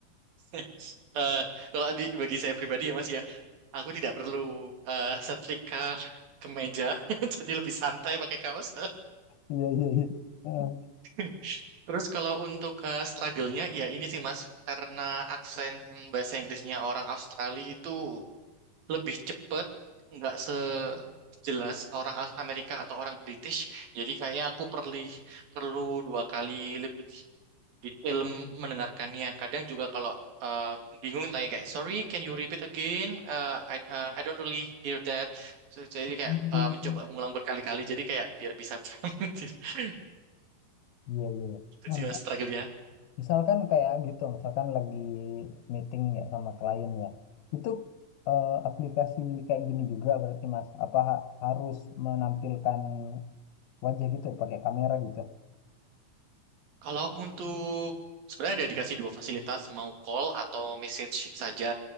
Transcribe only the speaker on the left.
iya iya iya Heeh.
Hmm.
iya iya iya.
nah
misal-
misalkan kayak gitu misalkan lagi meeting ya sama klien ya itu eh, aplikasi kayak gini juga berarti mas apa ha- harus menampilkan wajah gitu pakai kamera gitu